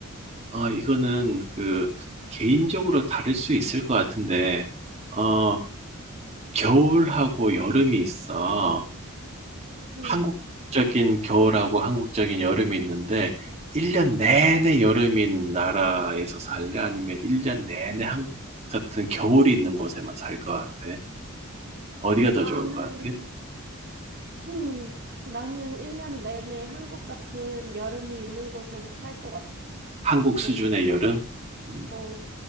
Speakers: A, on the right (about 30°); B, on the right (about 50°).
A: 아, 이거는 그 개인적으로 다를 수 있을 것 같은데, 어, 겨울하고 여름이 있어.
B: 음.
A: 한국적인 겨울하고 한국적인 여름이 있는데, 1년 내내 여름인 나라에서 살래? 아니면 1년 내내 한국 같은 겨울이 있는 곳에만 살 것 같아? 어디가 더
B: 나는,
A: 좋을 것 같아?
B: <clears throat> 나는 1년 내내 한국 같은 여름이 있는 곳에서 살 것 같아.
A: 한국
B: 어,
A: 수준의 여름? 음,
B: 어.